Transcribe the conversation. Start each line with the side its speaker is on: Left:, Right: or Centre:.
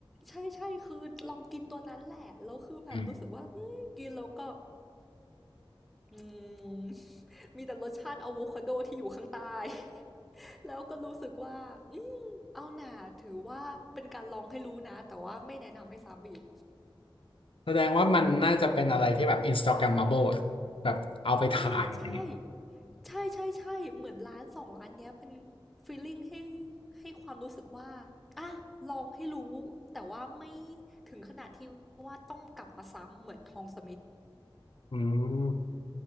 Centre: ใช่ใช่คือลองกินตัวนั้นแหละแล้วคือแบบรู้สึกว่าอืมกินแล้วก็
Left: อืม
Centre: อืมมีแต่รสชาติอะโวคาโดที่อยู่ข้างใต้ <laughs> แล้วก็รู้สึกว่าอืมเอาหน่าถือว่าเป็นการลองให้รู้นะแต่ว่าไม่แนะนำให้ซ้ำอีก
Left: แสดงว่ามันน่าจะเป็นอะไรที่แบบ Instagrammable อ่ะแบบเอาไปถ่ายอะไรอย่างเงี้ย
Centre: เออใช่ ใช่ๆๆเหมือนร้าน2ร้านเนี้ยเป็นฟีลลิงให้ให้ความรู้สึกว่าอะลองให้รู้แต่ว่าไม่ถึงขนาดที่ว่าต้องกลับมาซ้ำเหมือนทองสมิธ
Left: อืม